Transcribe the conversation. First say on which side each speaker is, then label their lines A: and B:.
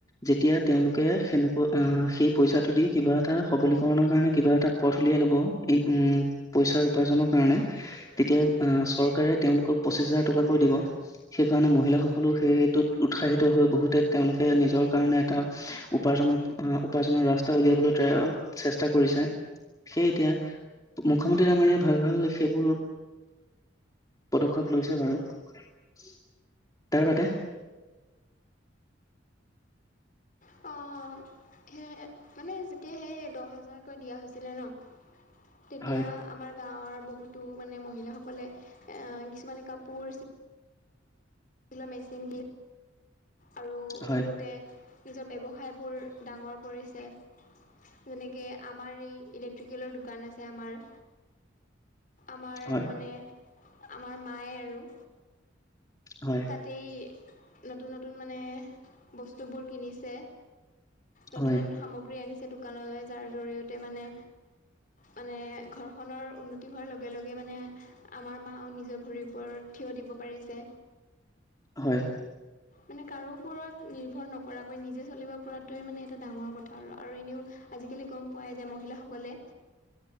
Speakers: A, on the left (about 20°); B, on the left (about 45°).
A: যেতিয়া তেওঁলোকে সেনেকৈ আ সেই পইচাটো দি কিবা এটা সবলীকৰণৰ কাৰণে কিবা এটা পথ উলিয়াই ল'ব, উম' উম' পইচাৰ উপাৰ্জনৰ কাৰণে। তেতিয়া চৰকাৰে, তেওঁলোকক পঁচিশ হাজাৰ টকাকৈ দিব। সেইকাৰণে মহিলাসকলো সেইটোত উৎসাহিত হৈ, বহুতে তেওঁলোকে নিজৰ কাৰণে এটা উপাৰ্জনৰ অ উপাৰ্জনৰ ৰাস্তা উলিয়াবলৈ ট্ৰাই অ চেষ্টা কৰিছে সেই এতিয়া মুখ্যমন্ত্ৰী ডাঙৰীয়াই ভাল, ভাল সেইবোৰ পদক্ষেপ লৈছে বাৰু তাৰ বাদে
B: অঁ। সেই মানে যেতিয়া সেই দহ হাজাৰকৈ দিয়া হৈছিলে ন তেতিয়া
A: হয়
B: আমাৰ গাঁৱৰ বহুতো মানে মহিলাসকলে অ কিছুমানে কাপোৰ মেচিন আৰু
A: হয়
B: বহুতে নিজৰ বেব ঠাইবোৰ ডাঙৰ কৰিছে যেনেকে আমাৰ এই ইলেক্ট্ৰিকেলৰ দোকান আছে আমাৰ। আমাৰ
A: হয়
B: মানে, আমাৰ মায়ে আৰু
A: হয়
B: টেই, নতুন নতুন মানে বচ বস্তুবোৰ কিনিছে নতুন
A: হয়
B: নতুন সামগ্ৰী আনিছে দোকানলৈ যাৰ জৰিয়তে মানে মানে ঘৰখনৰ উন্নতি হোৱাৰ লগে লগে মানে। আমাৰ মাও নিজৰ ভৰিৰ ওপৰত থিয় দিব পাৰিছে।
A: হয়।
B: মানে কাৰো ওপৰত নিৰ্ভৰ নকৰাকৈ নিজে চলিব পৰাটোৱে মানে এটা ডাঙৰ কথা আৰু, আৰু এনেও আজিকালি গ'ম পোৱাই যায় মহিলাসকলে